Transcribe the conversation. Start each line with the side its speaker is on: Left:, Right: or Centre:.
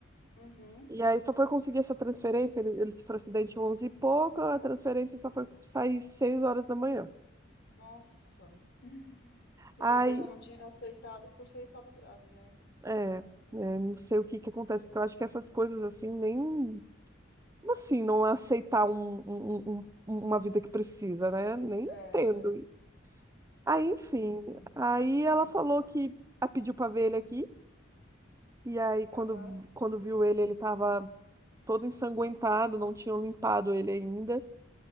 Left: Uhum.
Right: E aí só foi conseguir essa transferência, ele, ele sofreu acidente 11 e pouco, a transferência só foi sair 6 horas da manhã.
Left: Nossa. Hum. E
Right: Aí,
Left: talvez já não tinha aceitado por ser estado grave, né?
Right: é, é, não sei o que que acontece, porque eu acho que essas coisas assim, nem, assim, não é aceitar um, um- um- um, uma vida que precisa, né? Nem
Left: É, é.
Right: entendo isso. Aí, enfim,
Left: Também entendo.
Right: aí ela
Left: Hum.
Right: falou que a pediu pra ver ele aqui, e aí quando,
Left: Aham.
Right: quando viu ele, ele tava todo ensanguentado, não tinham limpado ele ainda.